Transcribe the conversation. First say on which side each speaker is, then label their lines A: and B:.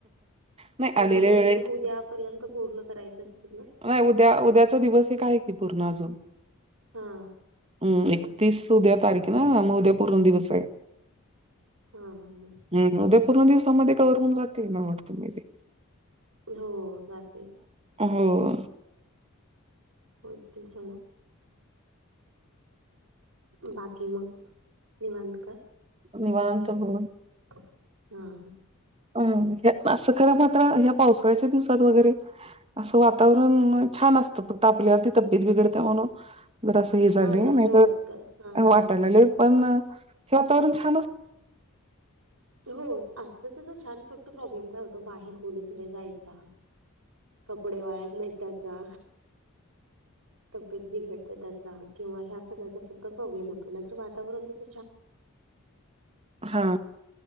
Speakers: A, on the right; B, on the right.
A: नाही
B: पण
A: आलेल्या
B: हे काहीतरी
A: वेळेत
B: उद्या पर्यंत पूर्ण करायचे असतात ना,
A: नाही उद्या उद्याचा दिवस एक का आहे की पूर्ण अजून.
B: हा..
A: हम् एकतीस उद्या तारखे ना म उद्या पूर्ण दिवस आहे.
B: हा हा..
A: हम उद्या पूर्ण दिवसामध्ये कव्हर होऊन जातील मला वाटते मी ते,
B: हो जातील.
A: हो..
B: <inaudible> बाकी मग निवांत का?
A: निवांत हो..
B: हा.. हा..
A: अ असं खरा मात्र ह्या पावसाळ्याच्या दिवसात वगैरे, असं वातावरण छान असतं. तापल्यावर ती तब्येत बिघडते म्हणून जर झा
B: हा
A: नाही
B: नको वाटतं हा
A: वाटले
B: हा हा
A: पण हे वातावरण छान असत.
B: हो असत त छान फक्त प्रॉब्लेम काय होतो बाहेर कोणीकडे जायचा. कपडे वाळत नाहीत त्याचा. तब्येत बिघडते त्याचा किंवा ह्या सगळ्याचा फक्त प्रॉब्लेम होतो नाहीतर वातावरण तस
A: हा..